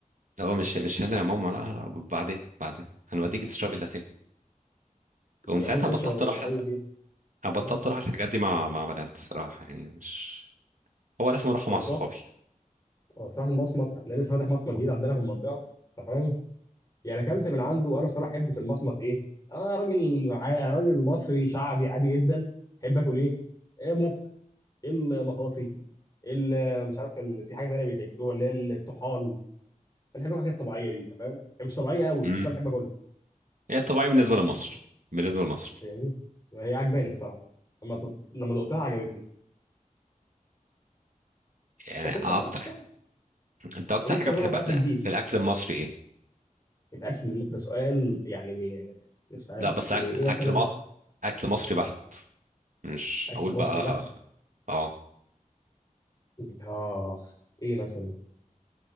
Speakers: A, on the right; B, on the left.
A: اللي هو مش مش هنا يا ماما لا, لا بعدين بعدين هنوديكي تشربي لاتيه ومن
B: دي المفروض
A: ساعتها
B: تشرب
A: بطلت
B: إيه
A: اروح
B: يعني أقول
A: لا
B: لك إيه
A: أنا بطلت
B: لا
A: اروح الحاجات دي مع مع بنات صراحه يعني مش هو لازم اروحها
B: هو
A: مع صحابي
B: صح هو صراحة المصمت أنا لسه فاتح مصمت جديد عندنا في المنطقة أنت فاهم يعني اكلت من عنده وانا الصراحه احب في المصمت ايه انا راجل عا- راجل مصري شعبي عادي جدا احب اكل ايه إيه مخ المخاصي ال- مش عارف كان في حاجه تانيه بيتاكلوها اللي هي الطحال انا بحب الحاجات الطبيعيه دي انت فاهم هي مش طبيعيه قوي
A: امم
B: بس انا بحب اكلها
A: هي طبيعي بالنسبه لمصر بالنسبه لمصر
B: فاهمني هي عجباني الصراحه لما تط- لما دقتها عجبتني
A: يعني
B: بس مش
A: اكتر
B: عارف الصراحه
A: انت اكتر
B: نفسي
A: حاجه
B: اجرب
A: بتحبها
B: اكل
A: في الأ-
B: جديد
A: في الاكل المصري ايه
B: الاكل ده سؤال يعني مش عارف
A: لا بس
B: يعني
A: أك-
B: ايه
A: اكل
B: مثلا
A: م... اكل مصري بحت مش
B: اكل
A: هقول
B: مصري
A: بقى
B: بحت
A: اه
B: اخ ايه مثلا